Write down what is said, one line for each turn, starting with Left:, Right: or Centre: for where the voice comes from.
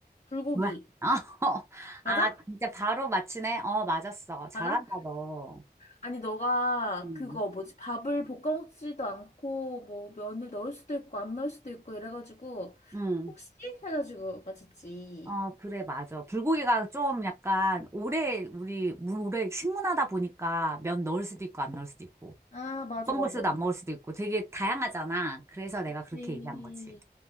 Left: 불고기.
Right: 뭐야? <laughs> 어,
Left: 맞아?
Right: 아, 진짜 바로 맞히네? 어, 맞았어. 잘한다,
Left: 맞아?
Right: 너.
Left: 아니, 너가
Right: 응.
Left: 그거 뭐지? 밥을 볶아 먹지도 않고 뭐 면을 넣을 수도 있고 안 넣을 수도 있고 이래가지고
Right: 응.
Left: 혹시? 해가지고 맞췄지.
Right: 어, 그래, 맞아. 불고기가 좀 약간 오래, 우리, 물 오래 식문화다 보니까 면 넣을 수도 있고, 안 넣을 수도 있고,
Left: 아, 맞아,
Right: 꺼먹을
Left: 맞아.
Right: 수도 안 먹을 수도 있고, 되게 다양하잖아. 그래서 내가
Left: 그치.
Right: 그렇게 얘기한 거지.